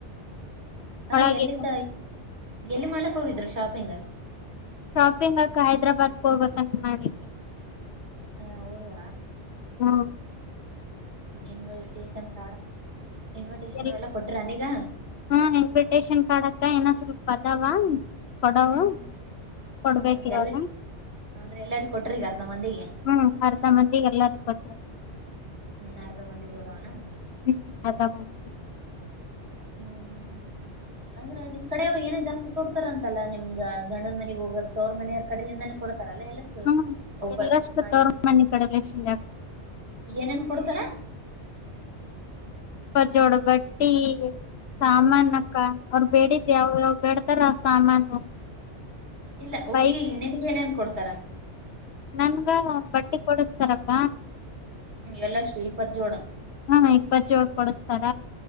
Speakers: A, on the right; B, on the left.
A: ಹಾ
B: ಒಳಗೆ
A: ರೀ ಎಲ್ಲಿತ್ತ ಎಲ್ಲಿ ಮಾಡ್ಕ್ ಹೋಗಿದ್ರು ಶಾಪಿಂಗ್
B: ಶಾಪಿಂಗ್ಕ ಹೈದ್ರಾಬಾದ್ಗೆ ಹೋಗ್ಬೇಕಂತ ಮಾಡಿದ್
A: ಹಾ ಹೌದ
B: ಹ್ಮ <unintelligible>
A: ಇನ್ವಿಟೇಷನ್ ಕಾರ್ಡ್ <unintelligible>
B: ಎ
A: ಅವೆಲ್ಲ ಕೊಟ್ರ ನೀಗ
B: ಹಾ ಇನ್ವಿಟೇಶನ್ ಕಾರ್ಡಕ್ಕ ಏನ <unintelligible> ಪತಾವಾ <unintelligible> ಕೊಡವು
A: ಹ್ಮ್ ಹ್ಮ್
B: ಕೊಡ್ಬೇಕ
A: ಹ್ಮ್
B: ಇವಾಗ
A: ಎಲ್ಲ ಅಂದ್ರೆ ಎಲ್ಲರಿಗ ಕೊಟ್ರ ಈಗ ಅರ್ಧ ಮಂದಿಗೆ
B: ಹ್ಮ್ ಅರ್ಧ ಮಂದಿಗೆ ಎಲ್ಲಾರೂ ಕೊಟ್ಟ
A: ಹನ್ ಅಾರ್ಧ ಮಂದಿಗಳಳದಾವನಾ <unintelligible>
B: ಹ್ಮ್ ಅದ <unintelligible>
A: ಹ್ಮ್ ಹ್ಮ್ ಹ್ಮ್ ಅಂದ್ರೆ ನಿಮ್ ಕಡೆ ಏನೋ ಜಾಸ್ತಿ ಕೊಡ್ತಾರ ಅಂತಲ್ಲ ನಿಮ್ಗ ಗಂಡನ ಮನೆಗ್ ಹೋಗಕ್ತ ಅವ್ರ ಮನೆಯ್ರ ಕಡೆಯಿಂದಾನೇ ಕೊಡ ಲ <unintelligible> ಎಲ್ಲು
B: ಹ್ಮ್
A: ಒಬ
B: ಎಲ್ಲಷ್ಟು
A: ಹಾಗೆ
B: ತವ್ರ ಮನಿ ಕಡೆಲ್ಲ
A: ಏನೇನ್ ಕೊಡ್ತಾರ
B: ಪ್ಪ <unintelligible> ಜೋಡ ಬಟ್ಟಿ ಸಾಮಾನ್
A: ಹ್ಮ್
B: ಅಕ್ಕ ಅವ್ರ ಬೇಡಿದ್ದೆ ಅವ್ರ ಬೇಡ್ತಾರ ಸಾಮಾನು
A: ಇಲ್ಲ ಹುಡುಗಿ
B: ಬೈಕ್
A: ನಿನಗ ಏನೇನ್ ಕೊಡ್ತಾರ
B: ನನ್ಗ ಬಟ್ಟೆ ಕೊಡಸ್ತಾರಕ್ಕ
A: ಎಲ್ಲ ಅಷ್ಟು ಇಪ್ಪತ್ತು ಜೋಡ
B: ಹ ಇಪ್ಪತ್ ಜೋಳ ಕೊಡಸ್ತಾರ